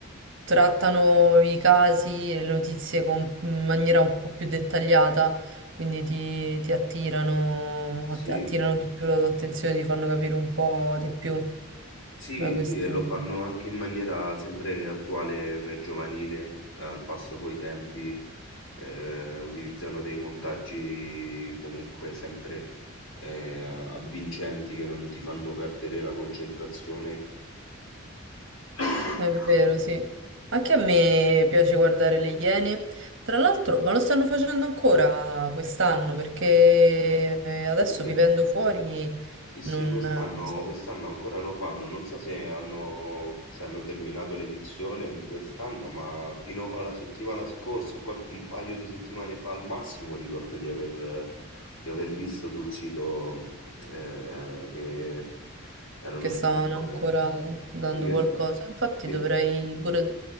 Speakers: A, on the right (about 55°); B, on the left (about 60°).
A: trattano i casi e le notizie con- in maniera un po' più dettagliata, quindi ti, ti attirano,
B: Sì,
A: att- attirano di più la tua attenzione, ti fanno capire un po' di più
B: Sì,
A: la questione.
B: sì, e lo fanno anche in maniera sempre attuale e giovanile, al passo coi tempi, eh, utilizzano dei montaggi comunque sempre eh, avvincenti che non ti fanno perdere la concentrazione. <coughs>
A: È vero, sì. Anche a me piace guardare le Iene. Tra l'altro, ma lo stanno facendo ancora quest'anno, perché eh, adesso
B: Sì, sì.
A: vivendo fuori
B: Sì, sì,
A: non,
B: quest'anno
A: non so.
B: quest'anno ancora lo fanno, non so se hanno, se hanno terminato l'edizione di quest'anno, ma fino alla settimana scorsa, o qual- un paio di settimane fa al massimo, ricordo di aver, di aver visto sul sito eh, che erano
A: che
B: uscite
A: stavano
B: nuove.
A: ancora dando
B: Sì, che,
A: qualcosa. Infatti
B: sì,
A: dovrei pure